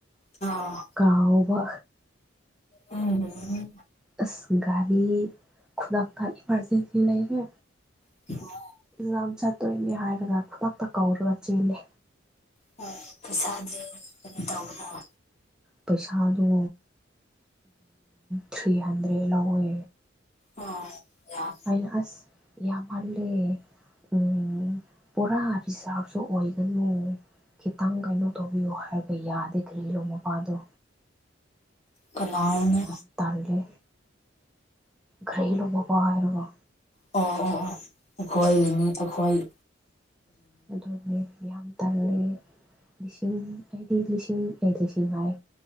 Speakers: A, on the left; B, in the centre.
A: ꯑꯥꯎ
B: ꯀꯥꯎꯕ
A: ꯎꯝ
B: ꯑꯁ ꯒꯥꯔꯤ ꯈꯨꯗꯛꯇ ꯏꯃꯥꯔꯖꯦꯟꯁꯤ ꯂꯩꯔꯦ
A: ꯑꯣ
B: ꯂꯝ ꯆꯠꯇꯣꯏꯅꯦ ꯍꯥꯏꯔꯒ ꯈꯨꯗꯛꯇ ꯀꯧꯔꯒ ꯆꯦꯜꯂꯦ
A: ꯍꯣꯏ ꯄꯩꯁꯥꯗꯤ ꯀꯩ ꯇꯧꯕꯔꯥ
B: ꯄꯩꯁꯥꯗꯨ ꯊ꯭ꯔꯤ ꯍꯟꯗ꯭ꯔꯦꯗ ꯂꯧꯋꯦ
A: ꯑꯣ ꯌꯥꯝ
B: ꯃꯥꯏ ꯑꯁ ꯌꯥꯝꯃꯜꯂꯦ ꯎꯝ ꯄꯨꯔꯥ ꯔꯤꯖꯥꯞꯁꯨ ꯑꯣꯏꯒꯅꯨ ꯈꯤꯇꯪ ꯀꯩꯅꯣ ꯇꯧꯕꯤꯌꯣ ꯍꯥꯏꯔꯒ ꯌꯥꯗꯦ ꯀ꯭ꯔꯤꯂꯣ ꯃꯄꯥꯗꯣ
A: ꯀꯅꯥꯔꯅꯦ
B: ꯌꯥꯝ ꯇꯜꯂꯦ ꯀꯔꯤꯅꯣ ꯃꯃꯥ ꯍꯥꯏꯔꯒ
A: ꯑꯣ ꯑꯣ ꯑꯣ ꯑꯩꯈꯣꯏꯒꯤꯅꯤ ꯑꯩꯈꯣꯏꯒꯤ
B: ꯑꯗꯨꯅꯦ ꯌꯥꯝ ꯇꯥꯟꯂꯦ ꯂꯤꯁꯤꯡ ꯑꯩꯗꯤ ꯂꯤꯁꯤꯡ ꯑꯦ ꯂꯤꯁꯤꯡ ꯍꯥꯏ